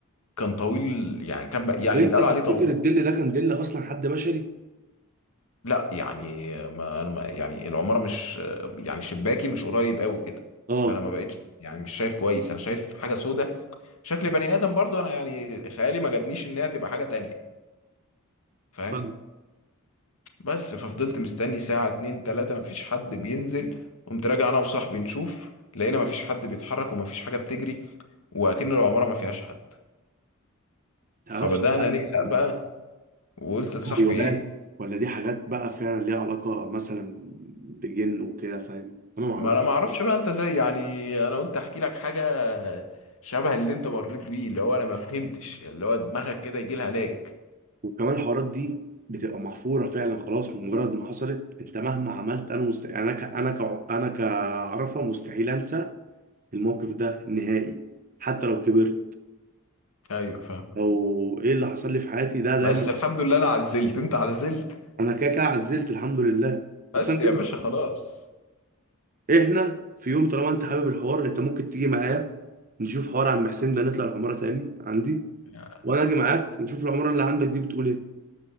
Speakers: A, on the left (about 85°); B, on the right (about 40°).
A: كان طويل يعني كان بق- يعني
B: طب انت
A: يتقال
B: تفتكر
A: عليه طويل
B: الظل ده كان ظل اصلا حد بشري
A: لا يعني ما انا ما يعني العماره مش يعني شباكي مش قريب قوي كده
B: اه
A: فانا ما بقتش يعني مش شايف كويس انا شايف حاجه سودة شكل بني ادم برضو انا يعني خيالي ما جابنيش ان هي تبقى حاجه تانية فاهم
B: فاهم ما
A: بس ففضلت مستني ساعة اتنين تلاتة مفيش حد بينزل قمت راجع انا وصاحبي نشوف لقينا مفيش حد بيتحرك ومفيش حاجة بتجري وأكن العمارة ما فيهاش حد
B: تعرفش
A: فبدأنا
B: بقى
A: نقلق
B: دي بتبقى
A: بقى وقلت لصاحبي
B: تهيؤات
A: ايه
B: ولا دي حاجات بقى فعلا ليها علاقه مثلا بجن وكده فاهم انا ما اعرفش
A: ما انا ما اعرفش بقى انت زي يعني انا قلت احكي لك حاجة شبه اللي انت مريت بيه اللي هو انا ما فهمتش اللي هو دماغك كده يجي لها لاج
B: وكمان الحوارات دي بتبقى محفوره فعلا خلاص مجرد ما حصلت انت مهما عملت انا مست... يعني انا ك... انا ك... انا كعرفه مستحيل انسى الموقف ده نهائي حتى لو كبرت
A: ايوه فاهم
B: لو ايه اللي حصل لي في حياتي ده
A: بس
B: دايما
A: الحمد لله انا عزلت انت عزلت
B: <laughs> انا كده كده عزلت الحمد لله بس
A: بس
B: انا
A: يا باشا خلاص
B: <laughs> احنا في يوم طالما انت حابب الحوار انت ممكن تيجي معايا نشوف حوار عم حسين ده نطلع العماره تاني عندي
A: يعني
B: وانا اجي معاك نشوف العماره اللي عندك دي بتقول ايه